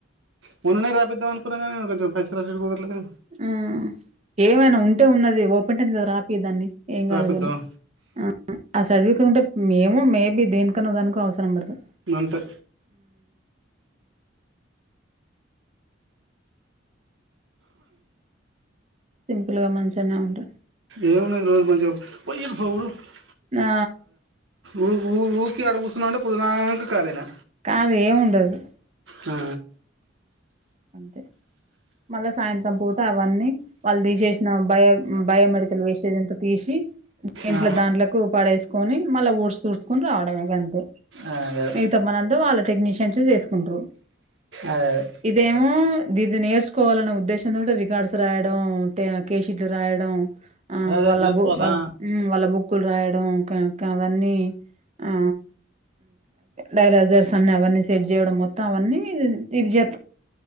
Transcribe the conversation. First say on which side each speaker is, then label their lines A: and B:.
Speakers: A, on the right; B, on the right.
A: మొన్ననే రాపిద్దాం అనుకున్నా కానీ కొంచెం పైసలు అటు ఇటు కుదరలేదు
B: ఆ ఏమైనా ఉంటే ఉన్నది ఓపెన్ టేన్త్ రాపియి దాన్ని ఏం
A: రాపిద్దాం
B: కాదు కాని ఆ ఆ సర్టిఫికెట్ ఉంటే ఏమో మే బి దేనికన్న దానికి అవసరం పడతది
A: మంతే
B: సింపుల్ గా మంచిగానే ఉంటది
A: ఏం ఉన్నాయి ఈరోజ మంచి గా వైయి ఇరు ఫౌరు <unintelligible>
B: ఆ
A: ఊఊ ఊకి అడుగుస్తున్నా అంటే పుద్నాక కాలేనా
B: కాదు ఏముండదు
A: ఆ
B: తే మళ్ళా సాయంత్రం పూట అవన్నీ వాళ్ళు తీసేసిన బయో బయోమెడికల్ వేస్టేజ్ తీసి ఇంట్లో
A: ఆ
B: దాంట్లకు పడేసుకొని మళ్ళీ ఊడ్చ తూడుచుకొని రావడమేక అంతే
A: ఆ అదే
B: మిగతా మనంతా వాళ్ళ టెక్నీషియన్స్ చేసుకుంటరు
A: అదే అదే
B: ఇదేమో దీది నేర్చుకోవాలనే ఉద్దేశంతో రికార్డ్స్ రాయడంటే కేషీట్లు రాయడం ఆ
A: అదే
B: వాళ్ళ
A: నేర్చుకోవాలా
B: బు వాళ్ళ వాళ్ళ బుక్కులు రాయడం క అవన్నీ ఆ డైలాజర్స్ అన్ని అవన్నీ సెట్ చేయడం మొత్తం అవన్నీ ఇది చే